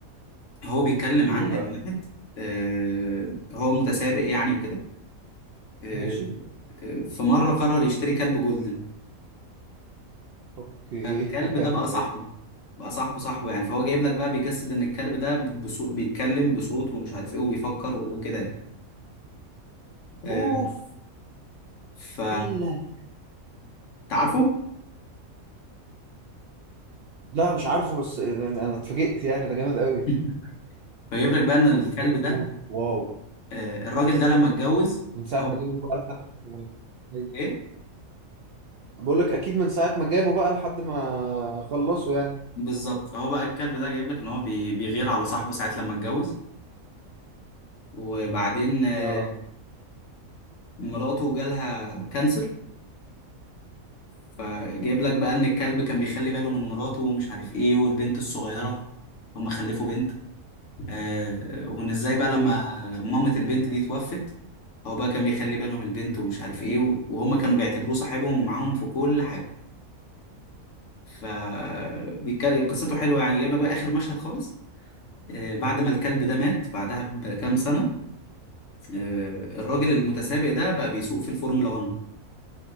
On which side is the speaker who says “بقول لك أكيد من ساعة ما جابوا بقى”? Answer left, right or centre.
Right